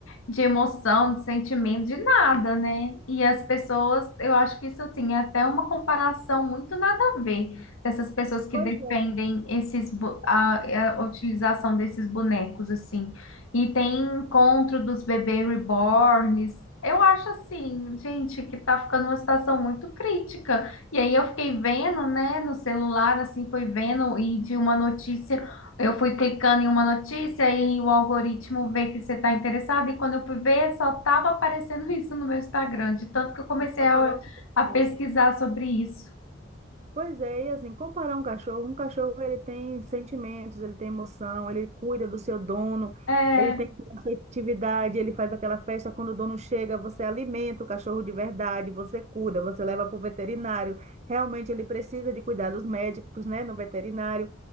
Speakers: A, on the left; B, on the right.
A: de emoção, de sentimento, de nada, né? E as pessoas, eu acho que isso assim é até uma comparação muito nada a ver. Essas pessoas que
B: Pois
A: defendem
B: é,
A: esses, bo- a, é, a utilização desses bonecos, assim. E tem encontro dos bebês reborns. Eu acho assim, gente, que tá ficando uma situação muito crítica. E aí eu fiquei vendo, né, no celular, assim, foi vendo, e de uma notícia, eu fui clicando em uma notícia e o algoritmo vê que você tá interessado. E quando eu fui ver, só tava aparecendo <laughs> isso no meu Instagram, de tanto que eu comecei
B: Mas
A: a,
B: Parece que é
A: a pesquisar
B: mesmo.
A: sobre isso.
B: Pois é, e assim, comparar um cachorro, um cachorro ele tem sentimentos, ele tem emoção, ele cuida do seu dono,
A: É.
B: ele tem afetividade, ele faz aquela festa quando o dono chega, você alimenta o cachorro de verdade, você cuida, você leva para o veterinário. Realmente ele precisa de cuidados médicos, né, no veterinário.